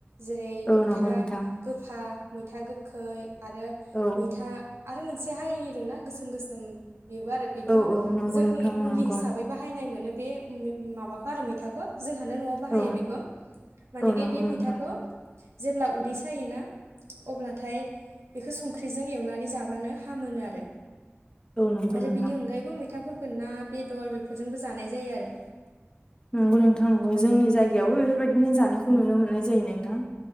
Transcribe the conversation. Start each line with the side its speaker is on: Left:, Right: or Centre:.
Right: जेरै मैथा
Left: औ नंगौ नोंथां
Right: गोफा मैथा गोखै आरो
Left: औ
Right: मैथा आरो मोनसे हारिनि दंना गोसोम गोसोम बेबो आरो बेथ'
Left: औ औ नंगौ
Right: जोंनि
Left: नोंथां
Right: मुलि
Left: नंगौ
Right: हिसाबै बाहायनाय मोनो बे मा-माबाखौ आरो मैथाखौ जोंहानो न'आव बाहायो
Left: औ
Right: बेखौ मानखे
Left: औ नंगौ
Right: बे
Left: नोंथां
Right: मैथाखौ जेब्ला उदै सायोना अब्लाथाय बेखौ संख्रिजों एवनानै जाबानो हामोनो आरो।
Left: औ नंगौ
Right: आरो
Left: नोंथां
Right: बिनि अनगायैबो मैथाफोरखौ ना बेदर बेफोरजोंबो जानाय जायो आरो।
Left: नंगौ नोंथां नंगौ जोंनि जायगायावबो बेफोरबायदिनो जानायखौ नुनो मोननाय जायो नोंथां।